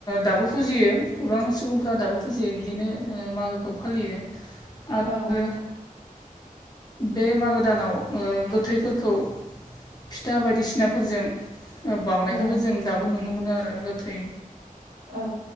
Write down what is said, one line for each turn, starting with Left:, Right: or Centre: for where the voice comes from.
Left: दाबो। फुजियो गोबां सुबुंफोरा दाबो फुजियो बिदिनो मागोखौ फालियो आरो
Right: औ
Left: बे मागो दानाव गोथैफोरखौ फिथा बादिसिनाफोरजों बाउनायखौबो
Right: ओं
Left: जों दाबो नुनो मोनो आरो गोथै
Right: औ